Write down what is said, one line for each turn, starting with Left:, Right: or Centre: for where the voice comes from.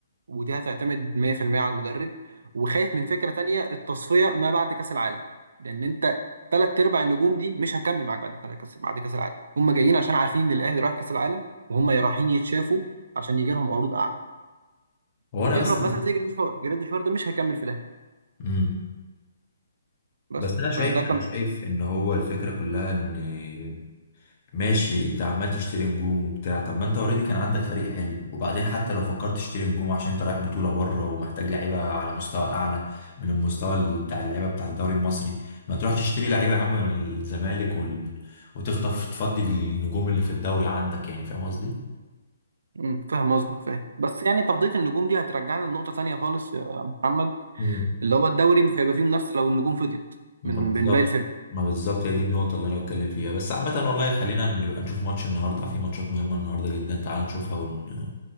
Right: ودي هتعتمد 100% على المدرب وخايف من فكرة تانية التصفية ما بعد كأس العالم لأن أنت تلات أرباع النجوم دي مش هتكمل معاك بعد تلات كأس بعد كأس العالم هم جايين عشان عارفين إن الأهلي رايح كأس العالم وهم رايحين يتشافوا عشان يجي لهم عروض أعلى
Left: هو
Right: نضرب
Left: انا بس
Right: مثلا زي جراديشوار جراديشوار ده مش هيكمل في الأهلي
Left: امم
Right: بس
Left: بس انا شايف
Right: فده
Left: انا
Right: كان
Left: شايف ان هو الفكره كلها ان ماشي انت عمال تشتري نجوم وبتاع طب ما انت اوريدي كان عندك فريق حلو وبعدين حتى لو فكرت تشتري نجوم عشان انت رايح بطولة بره ومحتاج لعيبة على مستوى اعلى من المستوى ال- بتاع اللعيبة بتاع الدوري المصري ما تروحش تشتري لعيبة يا عم من الزمالك وال... وتخطف تفضي النجوم اللي في الدوري عندك يعني فاهم قصدي؟
Right: مم، فاهم قصدك فاهم بس يعني تفضيل النجوم دي هترجعنا لنقطة تانية خالص يا محمد
Left: مم.
Right: اللي هو الدوري مش هيبقى فيه منافسة لو النجوم فضيت
Left: ما
Right: من من
Left: بالظبط
Right: باقي الفرق
Left: ما بالظبط هي دي النقطة اللي أنا بتكلم فيها بس عامة والله خلينا نبقى نشوف ماتش النهاردة في ماتشات مهمة النهاردة جدا تعال نشوفها ون...